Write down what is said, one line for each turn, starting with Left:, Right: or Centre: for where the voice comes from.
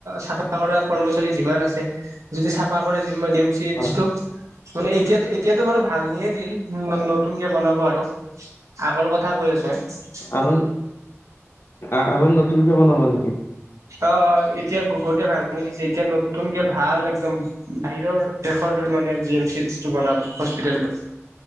Right: চাফা কৰা কৰ্মচাৰী যিমান আছে- যদি চাফা কৰে জি এম চি এইচটো।
Left: হয়
Right: মানে এতিয়াতো এতিয়াতো বাৰু ভাঙিয়ে দিল ন নতুন- কে বনাব আৰু আগৰ কথা কৈ আছো মই।
Left: আৰু আৰু নতুনকে বনাব নেকি?
Right: অ অ এতিয়া গোটেই ভাঙি দিছে এতিয়া নতুনকে ভাল একদম বাহিৰৰ দেশৰ ধৰি মানে জি এম এইচটো বনাব হস্পিটেলতো।